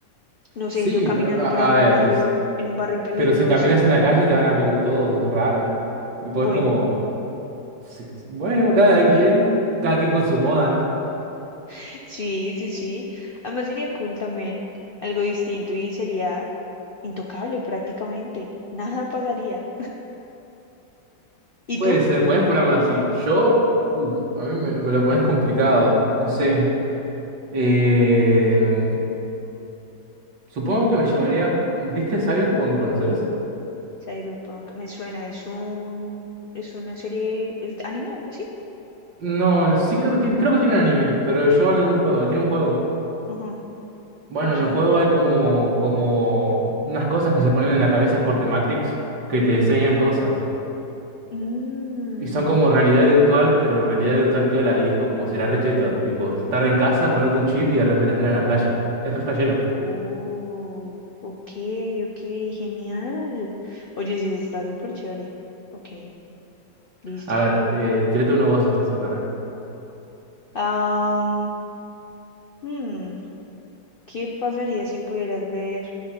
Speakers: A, on the left; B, on the right.
A: No sé,
B: Sí,
A: yo caminando
B: pero a,
A: por
B: a
A: ahí en
B: ver.
A: un barrio,
B: es-
A: en un barrio peligroso.
B: Pero si caminas en la calle te van a mirar todos, raro. Tipo,
A: Bueno,
B: es como, si- bueno, cada quien, cada quien con su moda, ¿no?
A: <laughs> sí, sí, sí. Además sería cool también, algo distinto y sería intocable prácticamente. <laughs> Nada pasaría. ¿Y
B: Puede
A: tú?
B: ser, puedes ponerlo así. Yo, uh, a mí me lo, me lo pones complicado, no sé. Eh, supongo que me llevaría, ¿viste Cyberpunk? ¿Conoces?
A: Cyberpunk me suena, es un, es una serie, es de anime, algo así.
B: No, sí creo que tiene, creo que tiene un anime, pero yo hablo de un juego, tiene un juego.
A: Ajá,
B: Bueno,
A: ok.
B: en el juego hay como, como unas cosas que se ponen en la cabeza corte Matrix que te enseñan cosas.
A: Mm,
B: Y son como realidad virtual, pero realidad virtual piola. Y dijo como será recheto. Tipo, estar en casa, ponerte un chip y de repente estar en la playa. Es re flashero.
A: oh, ok, ok, genial. Oye, sí, está súper chévere. Ok. Listo.
B: A ver, eh, tirate uno vos entonces. a ver.
A: Am, hmm, ¿qué pasaría si pudieras ver